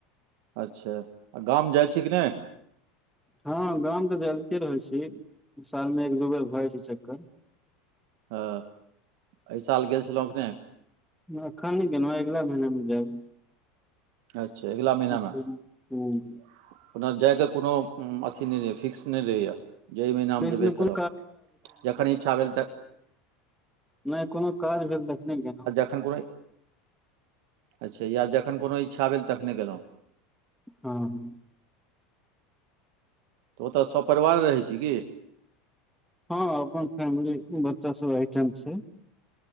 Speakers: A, on the right; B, in the centre.
A: अच्छा आ गाम जाइ छी कि नइ
B: हँ गाम तऽ जलिते रहैत छी सालमे एक दू बेर भऽ जा छै चक्कर
A: हं एहि साल गेल छलहुँ कने
B: एखन नइ गेलहुँ अगिला महीना मे जाब
A: अच्छा अगला महीना में अपना
B: हूँ
A: जाइके कोनो अथी नइ रहैए फिक्स नहि रहैए जाहि में नाम
B: बीचमे
A: जेबे करब
B: कोन
A: जखन इच्छा भेल तऽ
B: नइ कोनो काज भेल तखने गेलहुँ
A: खन कोनो अच्छा या जखन कोनो इच्छा भेल तखने गेलहुँ
B: हं
A: तऽ ओतऽ सभ परिवार रहय छी की
B: हँ अपन फैमिली बच्चा सब एठाम छय